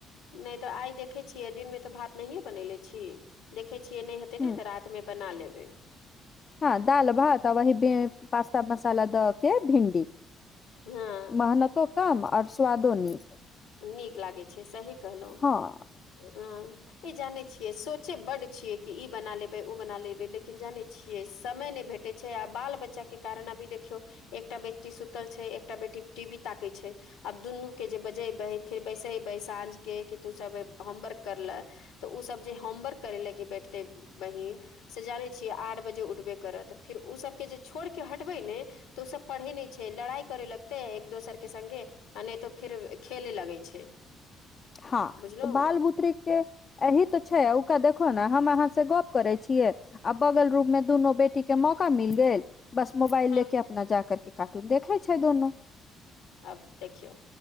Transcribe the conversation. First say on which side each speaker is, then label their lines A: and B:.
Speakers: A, on the left; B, on the left.
A: नहि त आइ देखै छियै दिनमे त भात नहिए बनेने छी। देखै छियै न त नै हेतै
B: ह
A: ने त रातिमे बना लेबै।
B: हँ दाल भात आ वही पास्ता मसाला द के भिन्डी
A: हँ,
B: मेहनतो कम और स्वादो नीक।
A: नीक लागै छै सही कहलहुँ
B: हँ
A: हं। ई जाने छियै सोचे बड छियै कि ई बना लेबे ओ बना लेबै लेकिन जाने छियै समय नहि भेटे छै आ बाल बच्चा के कारण अभी देखियौ एकटा बेटी सुतल छै एकटा बेटी टीबी ताके छै आब दुनू के जे जेबै फिर बैसेबै साँझके कि तू सब होमवर्क करले त ओसभ जे होमवर्क करे लए के बैठतै बहिन से जानैत छियै आठ बजे उठबे करत त फेर ओसभके जे छोड़ि क हटबै ने त ओ सब पढ़ै नहि छै लड़ाई करे लगते एक दोसर के सङ्गे आ नहि त फेर खेलै लगै छै।
B: हँ
A: बुझलहु
B: त बाल बुतरूक के अहु त छै ओकरा देखियौ ने हम अहाँ से गप करै छियै आ बगल रूप मे दुनू बेटी के मौका मिल गेल बस मोबाइल
A: हँ
B: ले के अपना जा करके कार्टून देखे छै दोनो
A: आब देखियौ